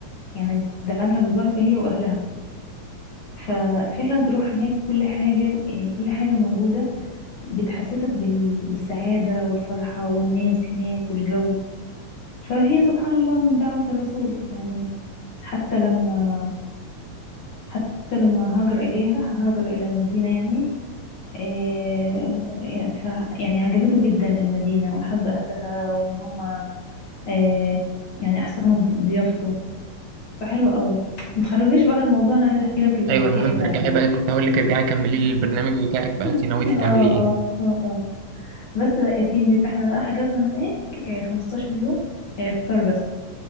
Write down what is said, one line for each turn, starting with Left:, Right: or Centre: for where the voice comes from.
Left: يعني دعالها بالبركة هي واهلها ففعلا تروح هناك كل حاجة يعني كل حاجة موجودة بتحسسك بال... بالسعادة والفرحة والناس هناك والجو فهي سبحان الله من دعوة الرسول يعني حتى لما حتى لما هاجر إليها هاجر إلى المدينة يعني إيه يعني ف... يعني عجبته جدا المدينة وحب أهلها وإن هما إيه يعني أحسنوا ضيافته فحلو قوي ما تخرجنيش بقى على الموضوع أنا عايزة أحكي لك الحكاية
Right: أيوه المهم
Left: بتاعتي
Right: ارجعي بقى كنت هقول لك ارجعي كملي لي البرنامج بتاعك بقى أنت نويتي
Left: <laughs> اه
Right: تعملي
Left: اه
Right: إيه؟
Left: اه اه بس بقى يا سيدي فاحنا بقى حجزنا هناك آه، 15 يوم آه، فطار بس